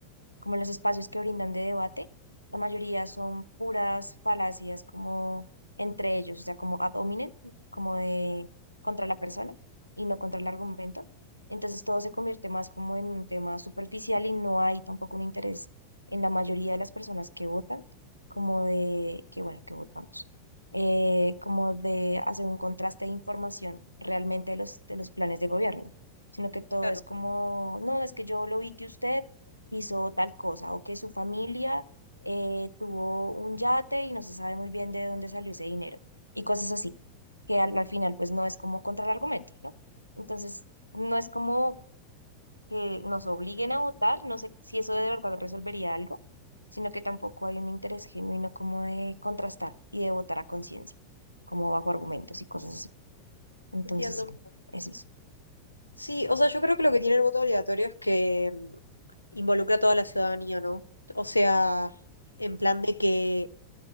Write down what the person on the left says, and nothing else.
Claro,
entiendo.
Sí, o sea, yo creo que lo que tiene el voto obligatorio es que mm, involucra a toda la ciudadanía, ¿no? O sea, en plan de que,